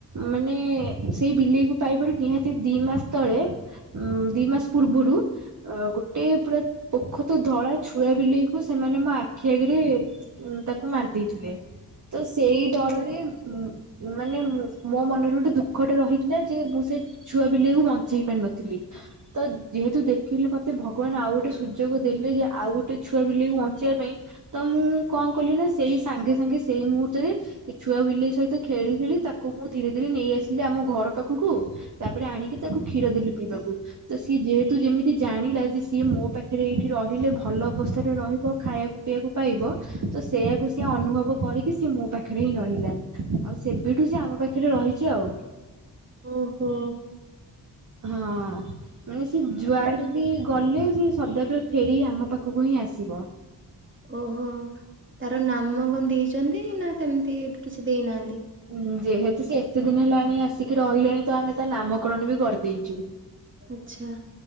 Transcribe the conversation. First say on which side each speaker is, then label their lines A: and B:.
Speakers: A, on the right; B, on the right.
A: ମାନେ ସେଇ ବିଲେଇକୁ ପାଇପାରୁ ନିହାତି ଦି ମାସ ତଳେ ଉଁ ଦି ମାସ ପୂର୍ବରୁ ଅ ଗୋଟେଏ ପୁରା ପୋଃଖତ ଧଳା ଛୁଆ ବିଲେଇକୁ ସେମାନେ ମୋ ଆଖି ଆଗରେ ଉଁ ତାକୁ ମାରି ଦେଇେଇଥିଲେ ତ ସେଇ
B: ଓହୋ
A: ଡରରେ ଉ ମାନେ ମୋ ମନରେ ଗୋଟେ ଦୁଃଖଟେ ରହିଥିଲା ଯେ ମୁଁ ସେ ଛୁଆ ବିଲେଇକୁ ବଞ୍ଚେଇ ପାରିନଥିଲି। ତ ଯେହେତୁ ଦେଖିଲି ମୋତେ ଭଗବାନ ଆଉ ଗୋଟେ ସୁଯୋଗ ଦେଲେ ଯେ ଆଉ ଗୋଟେ ଛୁଆ ବିଲାକୁ ବଞ୍ଚିବା ପାଇଁ ତ ମୁଁ କଣ କଲି ନା ସେଇ ସାଙ୍ଗେ ସାଙ୍ଗେ ସେଇ ମୁହୂର୍ତ୍ତରେ ଛୁଆ ବିଲେଇ ସହିତ ଖେଳି ଖେଳି ତାକୁ ମୁଁ ଧୀରେ ଧୀରେ ନେଇ ଆସିଲି ଆମ ଘର ପାଖକୁ ତାପରେ ଆଣିକି ତାକୁ କ୍ଷୀର ଦେଲୁ ପିଇବାକୁ। ତ ସିଏ ଯେହେତୁ ଯେମିତି ଜାଣିଲା ଯେ ସିଏ ମୋ ପାଖରେ ଏଇଠି ରହିଲେ ଭଲ ଅବସ୍ଥାରେ ରହିବ ଖାଇବାକୁ ଖାଇବାକୁ ପାଇବ ତ ସେଇୟଆକୁ ସିଏ ଅନୁଭବ କରିକି ସିଏ ମୋ ପାଖରେ ହିଁ ରହିଲା ଆଉ। ସେବେଠୁ ସେ ଆମ ପାଖରେ ରହିଛି ଆଉ।
B: ଓ ହୋ।
A: ହଁ ମାନେ ସେ ଯୁଆଡେ ଗଲେ ସେ ସଦାବେଳେ ଫେରି ଆମ ପାଖକୁ ହିଁ ଆସିବ।
B: ଓହୋ ତାର ନାମ କଣ ଦେଇଛନ୍ତି ନା ସେମିତି କିଛି ଦେଇନାହାନ୍ତି?
A: ଁ ଯେହେତୁ ସେ ଏତେ ଦିନ ହେଲାଣି ଆସିକି ରହିଲେଣି ତ ଆମେ ତା ନାମକରଣ ବି କରିଦେଇଛୁ।
B: ଆଛା